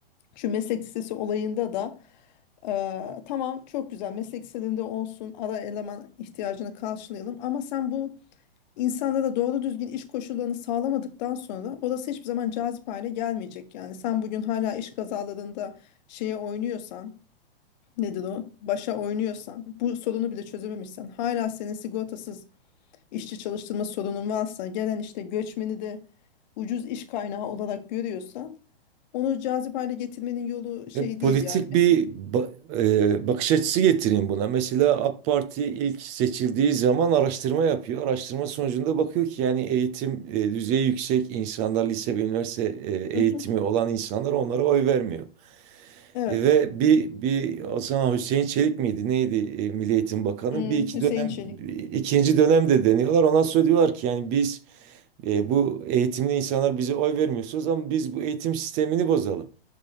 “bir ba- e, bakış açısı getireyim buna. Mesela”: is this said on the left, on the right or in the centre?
Right